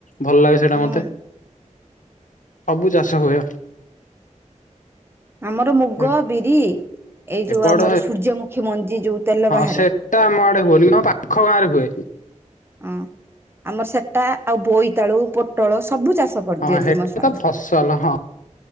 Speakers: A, on the left (about 85°); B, on the right (about 20°).
A: ଭଲ ଲାଗେ ସେଇଟା
B: ହୁଁ
A: ମତେ। ସବୁ ଚାଷ ହୁଏ।
B: ଆମର ମୁଗ,
A: ଏ
B: ବିରି, ଏଇ ଯୋଉ
A: ଏପଟ
B: ଆମର ସୂର୍ଯ୍ୟମୁଖୀ ମଞ୍ଜି, ଯୋଉ ତେଲ
A: ହଁ
B: ବାହାରେ?
A: ସେଟା ଆମ ଆଡେ ହୁଏନି କିନ୍ତୁ ଆମ ପାଖ ଗାଁ ରେ ହୁଏ।
B: ହଁ, ଆମର ସେଟା ଆଉ ବୋଇତାଳୁ ପୋଟଳ ସବୁ ଚାଷ କରିଦିଅନ୍ତି
A: ହଁ ହେଟା
B: ମୋ ସ୍ୱାମୀ।
A: ତ ଫସଲ, ହଁ